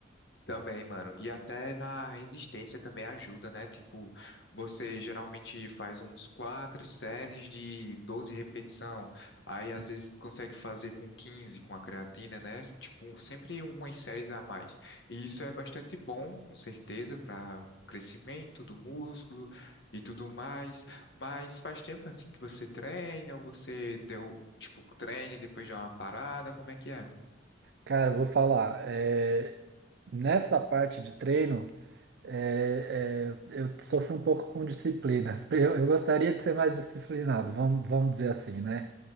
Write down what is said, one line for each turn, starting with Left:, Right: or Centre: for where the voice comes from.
Left: Também, mano. E até na resistência também ajuda, né? Tipo, você geralmente faz uns quatro séries de 12 repetição. Aí
Right: Sim.
Left: às vezes consegue fazer com 15 com a creatina, né? Tipo, sempre umas séries a mais. E isso é bastante bom, com certeza, para o crescimento do músculo e tudo mais. Mas faz tempo assim que você treina, ou você deu, tipo, treina e depois dá uma parada, como é que é?
Right: Cara, eu vou falar. é, nessa parte de treino, é, é, eu sofro um pouco com disciplina. <laughs> Eu, eu gostaria de ser mais disciplinado, vamos, vamos dizer assim, né?